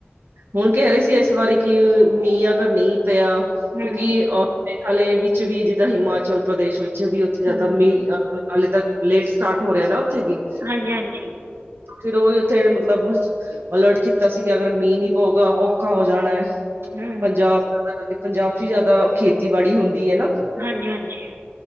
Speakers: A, on the right (about 70°); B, on the right (about 85°).
A: ਹੁਣ ਕਹਿ ਰਹੇ ਸੀ, ਇਸ ਵਾਰੀ ਕਿ ਮੀਂਹ ਅਗਰ ਨਈ ਪਿਆ,
B: ਹੂੰ
A: ਕਿਉਂਕਿ ਮੇਘਾਲੇ ਵਿੱਚ ਵੀ ਜਿੱਦਾਂ ਹਿਮਾਚਲ ਪ੍ਰਦੇਸ਼ ਵਿੱਚ ਵੀ ਉੱਥੇ ਜਾਂਦਾ,
B: ਹੂੰ ਹੂੰ
A: ਮੀਂਹ ਮੇਘਾਲੇ ਤੱਕ ਲੇਟ ਸਟਾਰਟ ਹੋ ਰਿਹਾ ਨਾ ਉੱਥੇ ਵੀ
B: ਹਨਜੀ- ਹਨਜੀ
A: ਫਿਰ ਉਹੀ ਉੱਥੇ ਮਤਲਬ, ਅਲਰਟ ਕੀਤਾ ਸੀ ਕਿ ਅਗਰ ਮੀਂਹ ਨੀ ਹੋਗਾ, ਔਖਾ ਹੋ ਜਾਣਾ ਹੈ।
B: ਹੂੰ ਹੂੰ
A: ਪੰਜਾਬ ਜ਼ਿਆਦਾ ਕਰਕੇ ਪੰਜਾਬ ਚ ਹੀ ਜ਼ਿਆਦਾ ਖੇਤੀਬਾੜੀ ਹੁੰਦੀ ਹੈਨਾ
B: ਹਾਂਜੀ- ਹਾਂਜੀ